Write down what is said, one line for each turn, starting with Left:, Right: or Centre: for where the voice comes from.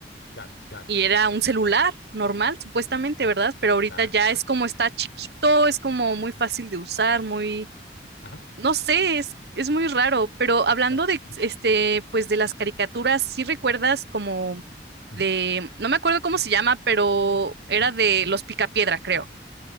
Left: claro, claro.
Right: y era un celular normal, supuestamente,
Left: Exacto.
Right: ¿verdad? Pero ahorita
Left: Claro,
Right: ya
Left: claro.
Right: es como está chiquito, es como muy fácil de usar, muy,
Left: Ajá,
Right: no sé, es, es muy raro. Pero hablando
Left: claro.
Right: de,
Left: Ujú,
Right: este, pues de las caricaturas, ¿sí recuerdas como
Left: ujú,
Right: de, no me acuerdo cómo se llama, pero era
Left: ujú.
Right: de Los Picapiedra, creo.